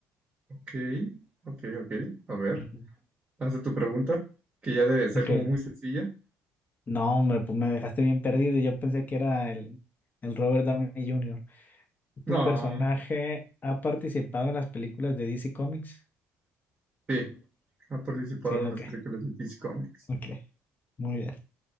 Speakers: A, on the right; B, on the left.
A: Ok, ok, ok. A ver,
B: Ujú,
A: lanza tu pregunta, que ya debe ser
B: Ok.
A: como muy sencilla.
B: No, hombre, pues me dejaste bien perdido. Yo pensé que era el, el Robert Downey Jr.
A: No,
B: ¿Tu personaje ha participado en las películas de DC Comics?
A: sí, ha participado
B: Sí,
A: en
B: ok,
A: las películas de DC Comics.
B: ok. Muy bien,